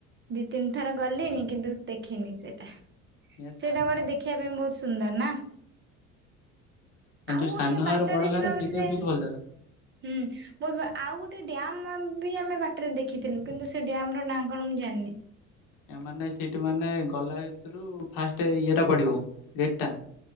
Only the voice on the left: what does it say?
ଏ ସାନ
ଘାଗରା
ବଡ
ଘାଗରା ଏ
ଯୋଉ
ସାନ ଘାଗରା
ବଡ ଘାଗରା
ସେଇଟା
ବି ବହୁତ ଭଲ ଜାଗା।
ଏ ମାନେ ସେଇଠୁ ମାନେ ଗଲା ଭିତରୁ ଫାଷ୍ଟ ଇଏଟା ପଡ଼ିବ ଗେଟ୍ ଟା।